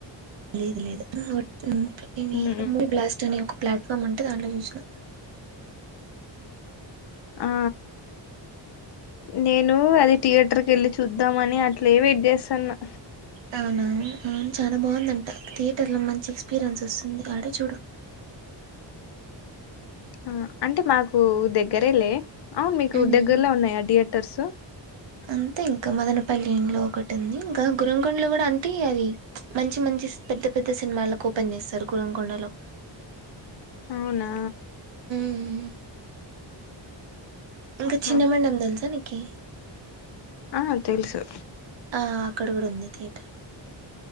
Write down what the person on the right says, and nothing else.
లేదు లేదు <unintelligible>
మూవీ బ్లాస్ట్ అనే ఒక ప్లాట్ఫామ్ అంటే దాంట్లో చూసిన
అవునవును ఉమ్ చాలా బాగుందంట థియేటర్ లో మంచి ఎక్స్పీరియన్స్ వస్తుంది ఆడే చూడు
హ్మ్.
అంతే ఇంకా మదనపల్లి లో ఒకటి ఉంది ఇంకా గురకొండలో కూడా అంటే అది మంచి మంచి పెద్ద పెద్ద సినిమాలకు ఓపెన్ చేస్తారు గురకొండలో
ఉమ్ ఇంకా
చిన్న మేడం తెలుసా నీకు
ఆ అక్కడ ఉంది థియేటర్